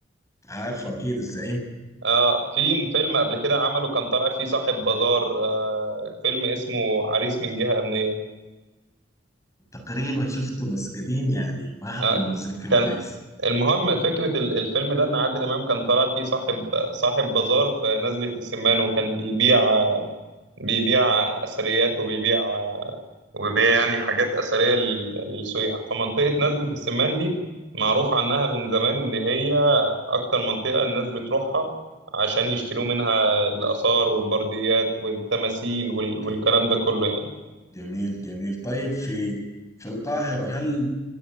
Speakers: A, on the left; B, on the right.
A: عارفه أكيد الزعيم
B: آه في فيلم قبل كده عمله كان طالع فيه صاحب بازار آه فيلم اسمه عريس من جهة أمنية
A: تقريبا شفته بس قديم يعني ما حكون
B: آه،
A: متذكره
B: كان
A: كويس
B: المهم فكرة ال- الفيلم ده إن عادل إمام كان طالع فيه صاحب صاحب بازار في نزلة السمان وكان بيبيع بيبيع أثريات وبيبيع وبيبيع يعني حاجات أثرية لل- للسياح فمنطقة نزلة السمان دي معروف عنها من زمان إن هي أكتر منطقة الناس بتروحها عشان يشتروا منها الآثار والبرديات والتماثيل وال-
A: اوكي
B: والكلام ده كله يعني
A: جميل جميل طيب في في القاهرة هل